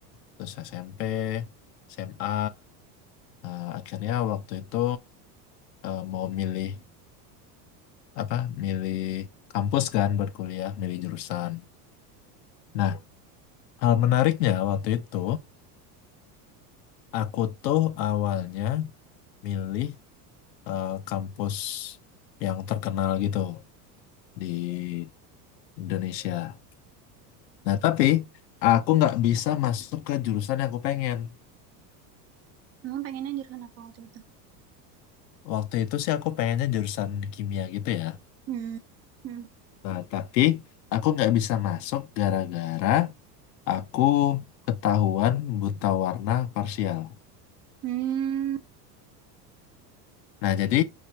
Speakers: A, on the left; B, on the right.
A: Terus SMP, SMA, eh, akhirnya waktu itu eh, mau milih apa? Milih kampus kan buat kuliah, milih jurusan. Nah, hal menariknya waktu itu aku tuh awalnya milih eh, kampus yang terkenal gitu di Indonesia. Nah, tapi aku nggak bisa masuk ke jurusan yang aku pengen.
B: Memang pengennya jurusan apa waktu itu?
A: Waktu itu sih aku pengennya jurusan kimia gitu ya.
B: Hmm, hmm,
A: Nah, tapi aku nggak bisa masuk gara-gara aku ketahuan buta warna parsial.
B: hmm.
A: Nah, jadi